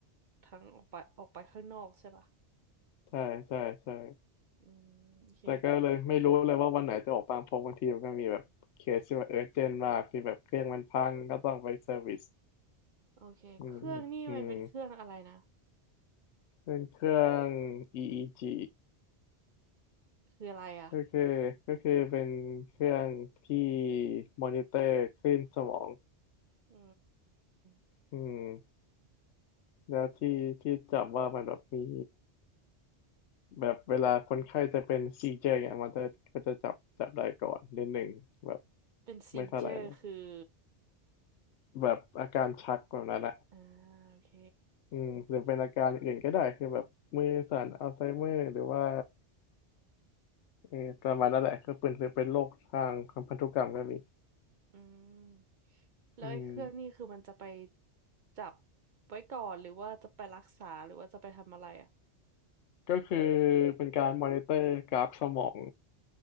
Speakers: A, on the right (about 55°); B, on the left (about 75°).
A: ทั้งออกไปออกไปข้างนอกใช่ปะ
B: ใช่ใช่ใช่
A: อืมโอเค
B: แต่ก็เลยไม่รู้เลยว่าวันไหนจะออกบ้างเพราะบางทีมันก็มีแบบเคสที่ว่าเออเจนมากที่แบบเครื่องมันพังก็ต้องไปเซอร์วิส
A: โอเคเครื่องนี่มันเป็นเครื่องอะไรนะ
B: อืมอืมเป็นเครื่อง EEG
A: คืออะไรอ่ะ
B: ก็คือก็คือเป็นเครื่องที่มอนิเตอร์คลื่นสมอง
A: อืม
B: อืมแล้วที่ที่จับว่ามันแบบมีแบบเวลาคนไข้จะเป็นซีเจเนี่ยมันจะก็จะจับจับได้ก่อนนิดหนึ่งแบบ
A: เป็นซีเจอร์คือ
B: ไม่เท่าไหร่หรอกแบบอาการชักแบบนั้นอะ
A: อ่าโอเค
B: อืมหรือเป็นอาการอื่นก็ได้คือแบบมือสั่นอัลไซเมอร์หรือว่าเออประมาณนั้นแหละก็เป็นคือเป็นโรคทางพันธุกรรมก็มี
A: อืมแล้วไอ้เครื่องนี่คือมันจะไป
B: อืม
A: จับไว้ก่อนหรือว่าจะไปรักษาหรือว่าจะไปทำอะไรอ่ะ
B: ก็คือเป็นการมอนิเตอร์กราฟสมอง